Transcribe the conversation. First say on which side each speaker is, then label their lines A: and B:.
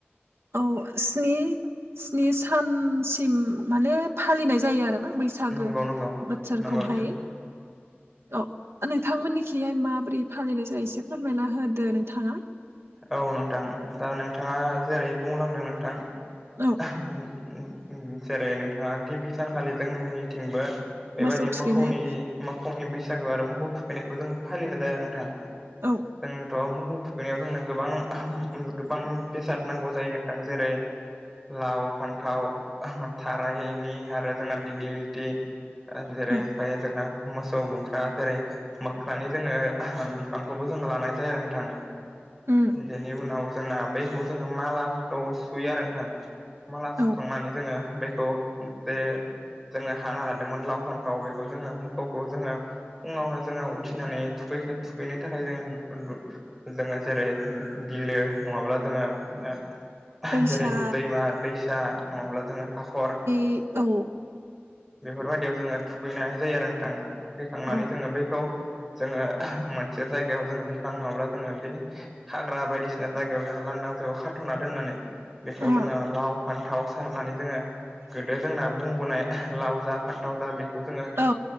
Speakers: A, on the right; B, in the centre.
A: औ स्नि स्नि सानसिम माने फालिनाय जायो आरोना बैसागो
B: नंगौ नंगौ
A: बोसोरखौहाय
B: नंगौ नोंथां
A: औ नोंथांमोननिखिहाय माबोरै फालिनाय जायो एसे फोरमायना होदो नोंथाङा
B: औ नोंथां दा नोंथाङा जेरै बुंलांदों नोंथां
A: औ
B: उम उम जेरै नोंथाङा गिबि सानखालि जोंनिथिंबो बेबायदि
A: मोसौ थुखैनाय
B: मोखौनि मोखौनि बैसागु आरो मोखौ थुखैनायखौ जों फालिनाय जाया नोंथां
A: औ
B: जोंथ' मोखौ थुखैनायाव जोंनो गोबां ओहोम उम गोबां बेसाद नांगौ जायो नोंथां जेरै लाव फान्थाव ओहो थारायनि आरो जोंना दिग्लिटि जेरै
A: औ
B: ओमफाय जोंना मोसौ बुग्रा जेरै मोखनानि जोङो ओहोम बिफांखौबो जोङो लानाय जायो आरो नोंथां।
A: उम
B: बेनि उनाव जोंना बैखौ जोङो मालाखौ सुयो आरो नोंथां। माला सुखांनानै
A: औ
B: जोङो बेखौ जे जोङो हाना लादोंमोन लाव फानथाव बेखौ जोङो मोखौ खौ जोङो फुङावनो जोङो उथिनानै थुखै थुखैनो थाखाय जोंङो जोङो जेरै बिलो नङाब्ला जोङो ओ
A: दैसा
B: जेरै दैमा दैसा नङाब्ला जोङो हाखर
A: इ औ।
B: बेफोरबायदियाव जोङो थुखैनाय जायो आरो नोंथां थुखैखांनानै
A: औ
B: जोङो बैखौ जोङो मोनसे जायगायाव जोङो बिफां नङाब्ला जोङो बे हाग्रा बायदिसिना जायगायाव जोङो लांदां जायगायाव खाथ'ना दोननानै बेखौ
A: औ
B: जोङो लाव फान्थाव सारनानै जोङो गोदो जोंना बुंबोनाय लाव जा फान्थाव जा बेखौ जोङो
A: औ